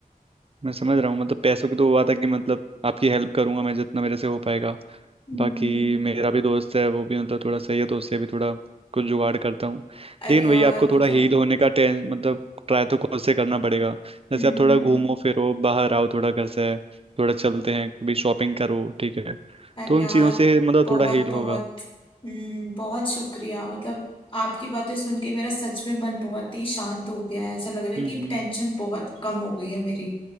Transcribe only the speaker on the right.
मैं समझ रहा हूँ मतलब पैसों की तो हुआ था कि मतलब आपकी हेल्प करूंगा मैं जितना मेरे से हो पाएगा
बाकी मेरा भी दोस्त है वो भी मतलब थोड़ा सही है तो उससे भी थोड़ा कुछ जुगाड़ करता हूँ
लेकिन
वही आपको
थोड़ा हील होने का टें मतलब ट्राई तो खुद से करना पड़ेगा जैसे
आप थोड़ा
घूमो फिरो बाहर आओ थोड़ा घर से थोड़ा चलते हैं कभी शॉपिंग करो ठीक है
तो उन
चीज़ों से मतलब
थोड़ा हील होगा
हम्म